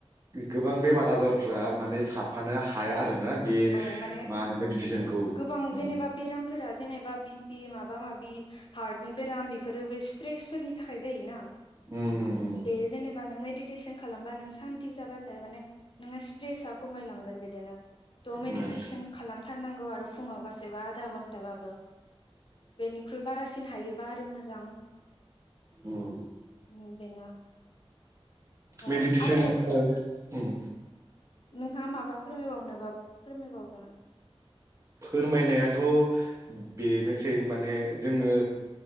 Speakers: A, on the right; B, on the left.
A: <unintelligible> गोबां बेमार आजार फ्रा माने साफानो हाया आरोना बे
B: औ माने
A: मा होनो मेडिटेसनखौ
B: गोबां
A: उम
B: जेनेबा बेरामफोरा जेनेबा बे माबा माबि हार्टनि बेराम बेफोरो बे स्ट्रेसफोरनि थाखाय जायोना
A: उम उम
B: दे जेनेबा नों सटेसन खालामबा नों सान्ति जाबाथाय माने नोंना स्ट्रेसा खमायलांगोन बिदिनो थह मेडिटेसन
A: उम
B: खालामथारनांगौ आरो फुङाव गासैबो आधा घन्टाबाबो बेनिख्रुइ बारासिन हायोबा <unintelligible> मोजां ओम
A: उम
B: बेनो ओ
A: मेडिटेसन
B: आरोबाव
A: ओ ओम
B: नोंथाङा माबा फोरमायबावनो बा फोरमाय बावजागोन
A: फोरमायनायाथ' बेनोसै माने जोङो